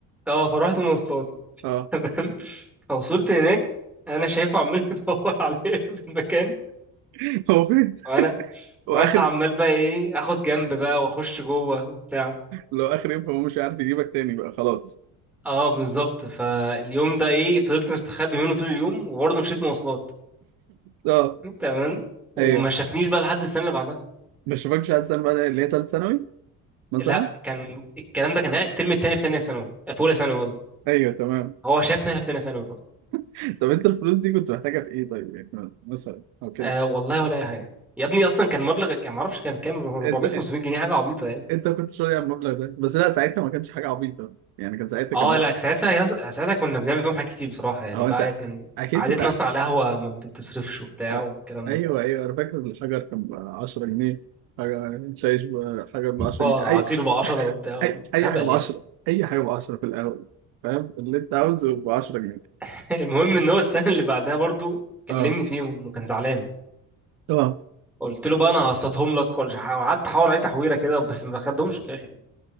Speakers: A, in the centre; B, on the right.
A: اه فرحت مواصلات
B: آه
A: تمام فوصلت هناك انا شايفه عمال يدور <laughs> عليا في المكان
B: <laughs> هو فين؟
A: وانا
B: وآخر
A: وانا عمال بقى ايه اخد جنب بقى واخش جوه وبتاع
B: لو آخر يوم فهو مش عارف يجيبك تاني بقى خلاص
A: اه بالظبط فاليوم ده ايه فضلت مستخبي منه طول اليوم وبرضه مشيت مواصلات
B: آه
A: تمام وما
B: ايوه
A: شافنيش بقى لحد السنه اللي بعدها
B: ما شافكش عاد سنة بقى اللي هي تالت ثانوي مثلا
A: لا كان الكلام ده كان الترم التاني في ثانيه ثانوي آه، في اولى ثانوي قصدي
B: ايوه تمام
A: هو شافنا هنا في ثانيه ثانوي بقى
B: <laughs> طب انت الفلوس دي كنت محتاجها في ايه طيب يعني مثلا او كده
A: آه والله ولا اي حاجه يا ابني اصلا كان مبلغ يعني ما اعرفش كان كام 400
B: انت
A: 500 جنيه حاجه عبيطه يعني
B: انت كنت شاري على المبلغ ده بس لا ساعتها ما كانش حاجه عبيطه يعني كان ساعتها
A: اه
B: كان مبلغ
A: لا ساعتها يص... ساعتها كنا بنعمل بيهم حاجات كتير بصراحه يعني
B: اهو
A: بقى
B: انت
A: كان
B: اكيد
A: عادتنا
B: كنت ع-
A: اصلا على القهوه ما بتصرفش وبتاع
B: أ-
A: والكلام
B: ايوه
A: ده
B: ايوه انا فاكر الحجر كان ب 10 جنيه حاجه شايش ب- حجر ب 10
A: فعصير
B: جنيه اي
A: ب 10 وبتاع
B: اي اي
A: هبل
B: حاجه ب
A: يعني
B: 10 اي حاجه ب 10 في القهوه فاهم اللي انت عاوزه ب 10 جنيه
A: <laughs> المهم ان هو السنه اللي بعدها برضو كلمني
B: اه
A: فيهم وكان زعلان
B: تمام
A: قلت له بقى انا هقسطهم لك ولا مش ه- قعدت احاور عليه تحويره كده بس ما خدهمش في الاخر يعني.